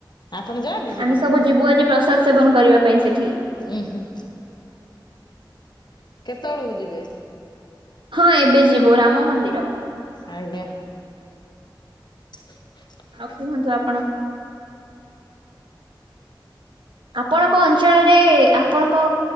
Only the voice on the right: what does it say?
ଆମେ ସବୁ ଯିବୁ ଆଜି ପ୍ରସାଦ ସେବନ କରିବା ପାଇଁ ସେଠିକି।
ହଁ ଏବେ ଯିବୁ ରାମ ମନ୍ଦିର।
ଆଉ କୁହନ୍ତୁ ଆପଣ ଆପଣଙ୍କ ଅଞ୍ଚଳରେ ଆପଣଙ୍କ